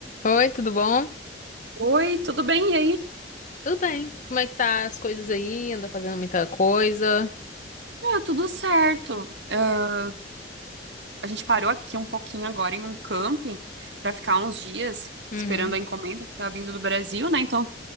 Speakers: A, on the left; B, on the right.
A: Oi, tudo bom?
B: Oi, tudo bem? E aí?
A: Tudo bem. Como é que tá as coisas aí? Anda fazendo muita coisa?
B: Ah, tudo certo. Ah, a gente parou aqui um pouquinho agora em um camping para ficar uns dias
A: Uhum,
B: esperando a encomenda que tá vindo do Brasil, né? Então,